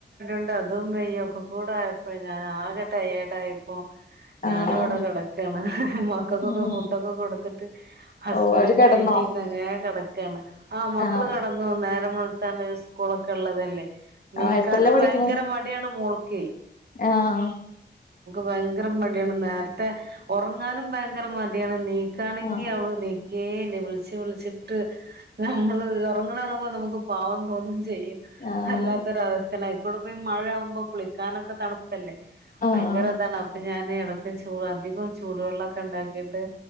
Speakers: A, on the right; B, on the left.
A: ണ്ട് അതും വെയ്യ ഒക്കെ കൂടായപ്പോഴ് ഞാൻ ആകെ ടയേട് അയപ്പൊ ഞാന്
B: ആഹ്
A: അവിടെ കെടക്കാണ് മക്കക്കൊക്കെ
B: ഉം
A: ഫുഡൊക്കെ കൊടുത്തിട്ട് ഹസ്ബൻഡിനെ
B: ഓ അവര് കെടന്നോ
A: വെയ്റ്റ് ചെയ്ത് അങ്ങനേ കെട ക്കാണ് ആ മക്കള്
B: ആഹ്
A: കെടന്നു നേരം വെളുത്താല് സ്കൂളൊക്കെ ള്ളതല്ലേ ണീക്കാന്
B: ആഹ് എത്രയിലാ പഠിക്കണെ
A: ഭയങ്കര മടിയാണ് മോൾക്കേ
B: ആഹ്
A: ഭയങ്കര മടിയാണ് നേരത്തെ ഉറങ്ങാനും ഭയങ്കര മടിയാണ് നീക്കാണെങ്കിൽ
B: ആഹ്
A: അവൾ നീക്കിയില്ല വിളിച്ചു വിളിച്ചിട്ട് നമ്മള് ഉറങ്ങണ കാണുമ്പോൾ നമുക്ക് പാവം തോന്നി <unintelligible>
B: ആഹ്
A: വല്ലാത്തൊരു അവസ്ഥ അല്ല അയക്കുട പോയി മഴ ആവുമ്പോ കുളിക്കാൻ ഓക തണുപ്പ് അല്ല
B: ആഹ്
A: ഭയങ്കര താണ് അപ്പൊ ഞാൻ ഇടക്ക് ചൂട് അധികം ചൂടു വെള്ളോക്കെ ഉണ്ടാക്കിട്ട്